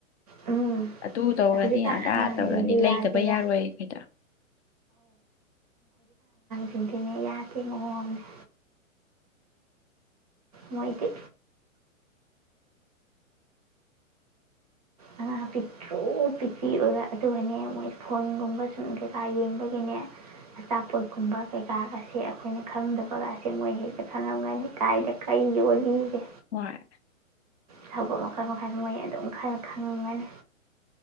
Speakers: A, on the right; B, on the left.
A: ꯎꯝ
B: ꯑꯗꯨ ꯇꯧꯔꯅꯤ
A: ꯍꯧꯖꯤꯛꯀꯥꯟ
B: ꯑꯗꯥ
A: ꯑꯉꯥꯡꯁꯤꯡꯗꯤ
B: ꯇꯧꯔꯅꯤ ꯂꯩꯗꯕ
A: ꯌꯥꯗꯦ
B: ꯌꯥꯔꯣꯏ
A: ꯌꯥꯗꯦ
B: ꯉꯩꯗ
A: ꯖꯤꯡꯗꯤꯅꯦ ꯌꯥꯗꯦ ꯃꯑꯣꯡꯖꯦ ꯃꯣꯏꯗꯤ ꯑꯉꯥꯡ ꯄꯤꯛꯇ꯭ꯔꯨ ꯄꯤꯛꯄꯤ ꯑꯣꯏꯕ ꯑꯗꯨꯒꯅꯦ ꯃꯣꯏ ꯐꯣꯟꯒꯨꯝꯕ ꯁꯨꯝ ꯀꯩꯀꯥ ꯌꯦꯡꯕꯒꯤꯅꯦ ꯑꯆꯥꯄꯣꯠꯀꯨꯝꯕ ꯀꯩꯀꯥꯒꯁꯦ ꯑꯩꯈꯣꯏꯅ ꯈꯪꯗꯕꯒꯥꯁꯦ ꯃꯣꯏ ꯍꯦꯛꯇ ꯈꯪꯉꯝꯒꯅꯤ ꯀꯥꯏꯗ ꯀꯩ ꯌꯣꯜꯂꯤꯒꯦ
B: ꯋꯥꯏ
A: ꯊꯕꯛ ꯃꯈꯜ ꯃꯈꯜ ꯃꯣꯏ ꯑꯗꯨꯝ ꯈꯔ ꯈꯪꯉꯝꯃꯅꯤ